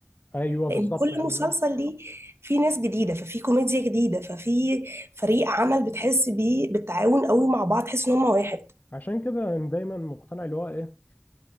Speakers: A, on the left (about 45°); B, on the right (about 85°).
A: ايوه بالظبط
B: لان كل
A: يعني
B: مسلسل
A: اللي هو-
B: ليه فيه ناس جديده ففي كوميديا جديده ففي فريق عمل بتحس بيه بالتعاون قوي مع بعض تحس ان هم واحد
A: عشان كده أنا دايما مقتنع اللي هو ايه